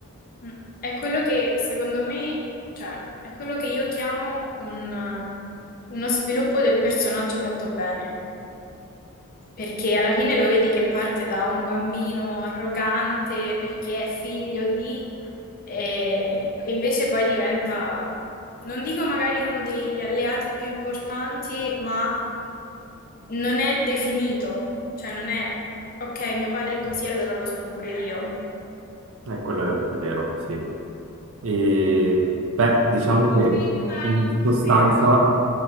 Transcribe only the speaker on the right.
È quello è vero, sì. E beh, diciamo
che
in
sostanza